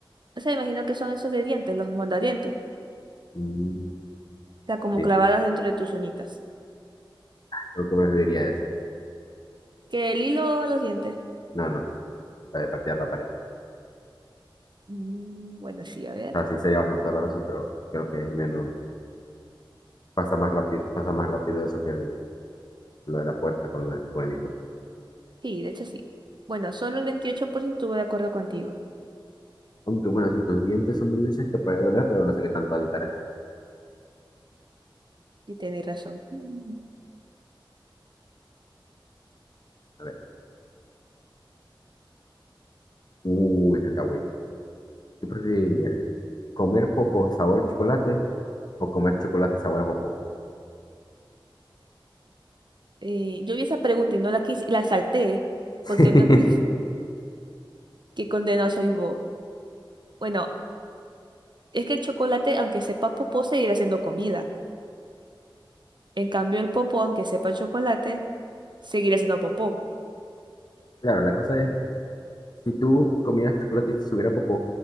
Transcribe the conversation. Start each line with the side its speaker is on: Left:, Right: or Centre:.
Right: O sea, imagino que son esos de dientes, los mondadientes.
Left: Mm,
Right: O sea, como
Left: sí,
Right: clavadas dentro de tus uñitas.
Left: creo que me serviría eso.
Right: Que el hilo a los dientes.
Left: No, no, para patear la pared.
Right: Mm, bueno, sí, a ver.
Left: O sea, sí sería bastante doloroso, pero creo que es menos pasa más rápido, pasa más rápido eso que el- lo de la puerta con, la- con el hilo.
Right: Sí, de hecho sí. Bueno, solo el 28% estuvo de acuerdo contigo.
Left: Aunque bueno, si tus dientes son dulces te puede doler, pero no sé qué tanto daño te hará.
Right: Y tenéis razón. <laughs>
Left: A ver, uh, este está bueno. ¿Qué preferirías? ¿Comer popo sabor chocolate o comer chocolate sabor a popó?
Right: Eh, yo vi esa pregunta y no la quise, la salté,
Left: <laughs>
Right: porque no, <laughs> que, qué condenado soy vos. Bueno, es que el chocolate, aunque sepa popó, seguirá siendo comida. En cambio, el popó, aunque sepa chocolate, seguirá siendo popó.
Left: Claro, la cosa es, si tú comieras chocolate y te subiera popó,